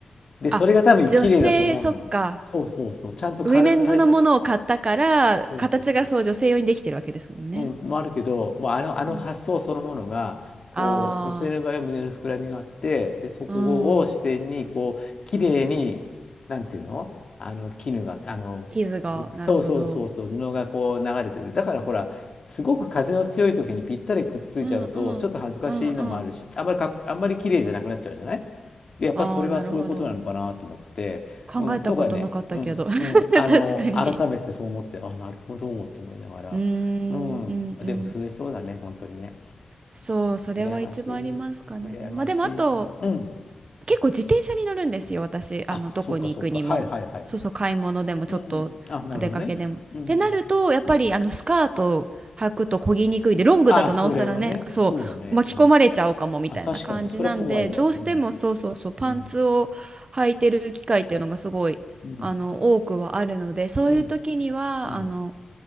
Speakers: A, on the left; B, on the right.
A: でそれが多分綺麗だと思うの。
B: あ、女性、そっか。
A: そうそうそうちゃんと軽たい
B: ウィメンズのものを買ったから、
A: そうそうそう
B: 形がそう女性用にできてるわけですもんね。
A: うん、もあるけど、もうあの、あの発想そのものが、
B: うん。
A: こう、
B: あ
A: 女性の場合は胸の膨らみがあって、で、そこを視点に、
B: あ、うん。
A: こう、綺麗に、なんていうのあの、絹が、あの、
B: 傷が、なるほど。
A: そうそうそうそう、布がこう流れてて、だからほら、すごく風の強い時にぴったりくっついちゃうと、
B: うんうん。
A: ちょっと恥ずかしいのもあるし、
B: うんうん。
A: あんまりかっ、あんまり綺麗じゃなくなっちゃうじゃないで、やっぱそれはそういうことなのかなと思って、
B: ああ、なるほど。考えたことなかったけど。
A: うん、とかね、うん、
B: <laughs>
A: うん、あの、
B: 確かに。
A: 改めてそう思って、あ、なるほど、と思いながら。
B: うーん、
A: うん。
B: うんうん。
A: でも涼しそうだね、本当にね。
B: そう、それは一番ありますかね。
A: 羨ましい。羨ましい。
B: まあでもあと、
A: うん。
B: 結構自転車に乗るんですよ、私。あの、
A: あ、
B: どこに行くにも。
A: そっかそっか。はいはいはいはい。
B: そうそう、買い物でも、ちょっと出かけでも。
A: うん。あ、なるほどね。
B: ってなると、
A: うん。
B: やっぱり、
A: うん。
B: あの、スカート履くと漕ぎにくいで、ロングだとなおさらね、
A: あ、それはね。
B: そう、
A: そうだね。
B: 巻き込まれちゃうかもみたいな感じなんで、
A: うん。あ、確かに。それは怖いわ。
B: どうしてもそうそうそう、
A: うん。
B: パンツを履いてる機会っていうのがすごい、
A: うん。うん。
B: あの、多くはあるので、そういう時には、
A: うん。うん。
B: あの、